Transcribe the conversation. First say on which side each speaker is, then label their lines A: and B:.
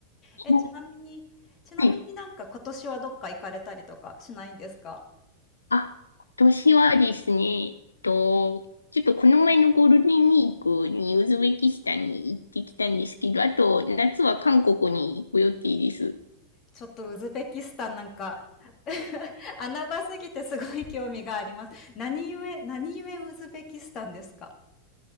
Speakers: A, on the left (about 75°); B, on the left (about 30°).
A: すね。
B: え、ちなみに、ちなみになんか今年はどっか行かれたりとかしないんですか
A: はい。あ、今年はですね、えっと、ちょっとこの前のゴールデンウィークにウズベキスタンに行ってきたんですけど、あと夏は韓国に行く予定です。
B: ちょっとウズベキスタンなんか <laughs> 穴場すぎてすごい興味があります。何故、何故ウズベキスタンですか